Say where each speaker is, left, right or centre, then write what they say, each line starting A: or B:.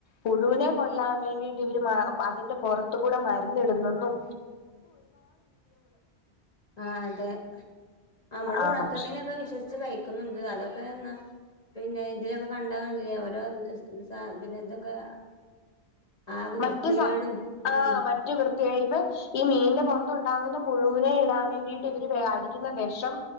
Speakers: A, on the left (about 85°); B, on the left (about 45°).
A: പുഴുവിനെ കൊല്ലാൻ വേണ്ടിട്ട് ഇവര് അതിന്റെ പുറത്ത് കൂടെ മര്ന്നിടുന്നെന്നും
B: ആ അതെ നമ്മള്
A: ആ
B: ഉണക്കമീനൊക്കെ
A: പക്ഷെ
B: വിശ്വസിച്ച് കഴിക്കുന്നുണ്ട് അതൊക്കെ എന്നാ പിന്നെ ഇതിലൊക്കെ കണ്ടാക്കണ്ടില്ലേ ഓരോ പിന്നെ <unintelligible> ഇതൊക്കെ ആക വൃത്തികേടും
A: മറ്റ് സ ആഹ്
B: ഉം
A: <unintelligible> ഈ മീന്റെ പുറത്തുണ്ടാവുന്ന പുഴുനെ ഇടാമേ ണ്ടിട്ട് ഇവര് അടിക്കുന്ന വെഷം